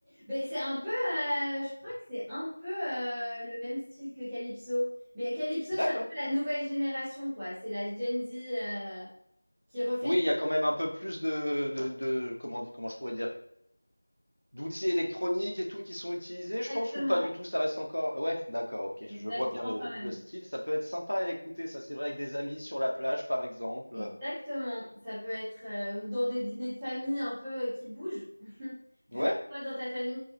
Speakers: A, in the centre; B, on the right (about 80°).
A: ben, c'est un peu, euh, je crois que c'est un peu euh, le même style que Calypso. Mais Calypso,
B: D'accord.
A: c'est un peu la nouvelle génération, quoi. C'est la Gen Z euh, qui refait
B: Oui,
A: du-
B: il y a quand même un peu plus de de de comment comment je pourrais dire? d'outils électroniques et tout qui sont utilisés, je
A: exactement,
B: pense, ou pas du tout, ça reste encore. Ouais, d'accord, ok, je
A: exactement
B: vois bien le,
A: quand même.
B: le style. Ça peut être sympa à écouter, ça c'est vrai, avec des amis sur la plage, par exemple.
A: Exactement,
B: Euh,
A: ça peut être euh, ou dans des dîners de famille un peu euh, qui bougent. <laughs> Vu
B: Ouais.
A: que toi, dans ta famille,